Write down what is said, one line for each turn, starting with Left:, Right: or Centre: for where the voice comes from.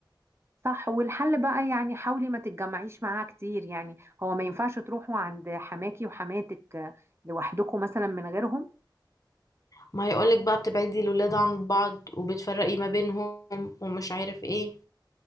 Right: صح والحل بقى يعني حاولي ما تتجمعيش معاها كتير يعني هو ما ينفعش تروحوا عند حماكي وحماتك آه، لوحدكم مثلا من غيرهم
Left: ما هيقولك بقى بتبعدي الولاد عن بعض وبتفرقي ما بينهم ومش عارف ايه